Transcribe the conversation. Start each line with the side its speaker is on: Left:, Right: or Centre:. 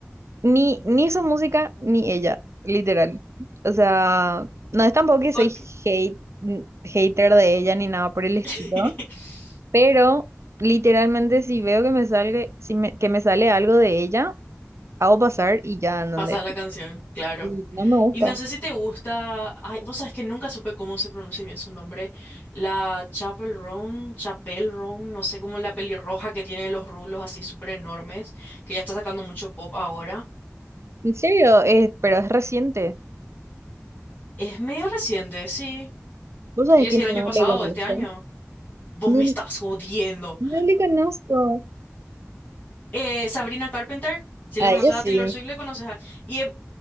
Right: Ni, ni su música, ni ella, literal. O sea, no es tampoco que soy
Left: Ok.
Right: hate, n- hater de ella ni nada por el estilo,
Left: <laughs>
Right: pero literalmente si veo que me sale, si me- que me sale algo de ella, hago pasar y ya, en donde.
Left: Pasas la canción, claro.
Right: y No me gusta.
Left: Y no sé si te gusta. Ay, vos sabés que nunca supe cómo se pronuncia bien su nombre. La Chapel Roan, Chapel Roan, no sé cómo la pelirroja que tiene los rulos así súper enormes, que ya está sacando mucho pop ahora.
Right: En serio, es, pero es reciente.
Left: Es medio reciente, sí.
Right: ¿Vos
Left: Te
Right: sabés
Left: quiero
Right: que
Left: decir
Right: no
Left: el año pasado,
Right: le conozco?
Left: este año. Vos
Right: No,
Left: me estás
Right: le-
Left: jodiendo.
Right: no le conozco.
Left: Eh, Sabrina Carpenter, si
Right: A
Left: le conoces
Right: ella sí.
Left: a Taylor Swift, le conoces a... Y, em-